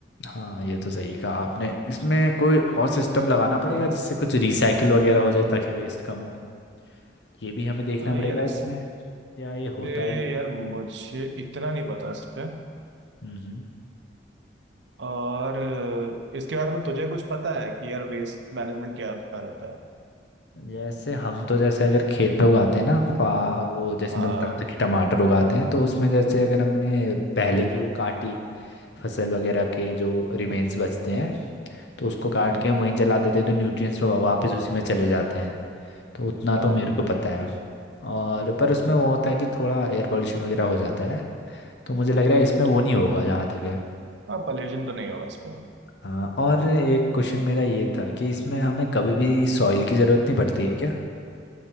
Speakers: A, on the left; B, on the right.
A: हाँ ये तो सही कहा आपने इसमें कोई और सिस्टम लगाना पड़ेगा जिससे कुछ रिसाइकिल वगैरह हो जाए ताकि वेस्ट कम हो ये भी हमें देखना
B: आ,
A: पड़ेगा
B: यार इस
A: इसमें या ये होता
B: ए,
A: ही
B: यार मुझे इतना नहीं पता इस पे
A: हम्म
B: और अ, इसके बारे में तुझे कुछ पता है कि यार वेस्ट मैनेजमेंट क्या क्या रहता है
A: जैसे हम तो जैसे अगर खेत में उगाते हैं ना फा वो जैसे
B: हाँ
A: मैं बता रहा था कि टमाटर उगाते हैं तो उसमें जैसे अगर हमने पहले की वो काटी फसल वगैरह के जो रिमेन्स बचते हैं तो उसको काट
B: हम्म,
A: के हम वहीं जला देते हैं तो न्यूट्रिएंट्स वापस उसी में चले जाते हैं तो उतना
B: हाँ,
A: तो मेरे को पता है और पर उसमें वो होता है कि थोड़ा एयर पोल्यूशन वगैरह हो जाता है तो मुझे लग रहा है इसमें वो
B: ठीक
A: नहीं होगा जहाँ तक है
B: हाँ पॉल्यूशन तो नहीं होगा इसमें
A: हाँ और एक क्वेश्चन मेरा ये था कि इसमें हमें कभी भी सॉइल की ज़रूरत नहीं पड़ती है क्या